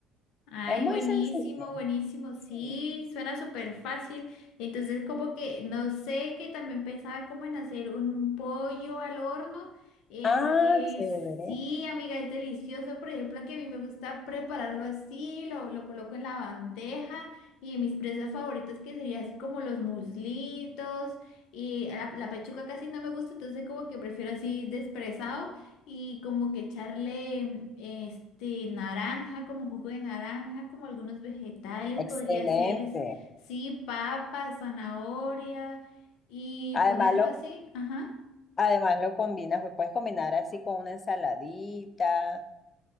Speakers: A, on the left; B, on the left.
A: Ay,
B: Es muy
A: buenísimo,
B: sencillo.
A: buenísimo, sí,
B: Sí.
A: suena súper fácil. Entonces, como que, no sé, que también pensaba como en hacer un, un pollo al horno, eh,
B: Ah,
A: porque
B: chévere.
A: sí, amiga, es delicioso. Por ejemplo, que a mí me gusta prepararlo así, lo, lo coloco en la bandeja y mis presas favoritas que serían así como los muslitos y la, la pechuga casi no me gusta, entonces como que prefiero así despresado y como que echarle este naranja, como jugo de naranja, como algunos vegetales,
B: Excelente.
A: podría ser, es- sí, papa, zanahoria y
B: Además,
A: ponerlo así, ajá.
B: Además lo combinas, lo puedes combinar así con una ensaladita,